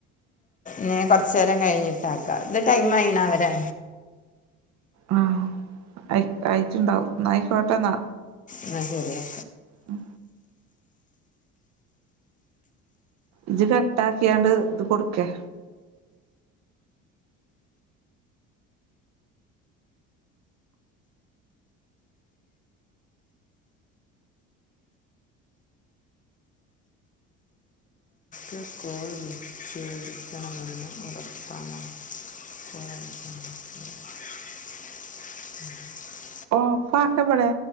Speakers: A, on the left; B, on the right.
A: ഞ് കൊർച്ചേരം കയിഞ്ഞ്ട്ടാക്ക ഇത് ടൈം ആയിനാവോ ലെ
B: ആ ആയ് ആയിട്ട്ണ്ടാവും ന്നാ ആയിക്കോട്ടെന്നാ
A: ന്നാ ശരിയേ
B: ഉം ഇജ് കട്ടാക്കിയാണ്ട് ത് കൊടുക്കേ
A: <unintelligible> കോൾ വിച്ഛേദിക്കണമെന്ന് ഉറപ്പാണ് കോ
B: ഓഫ് ആക്കാ ഇവടെ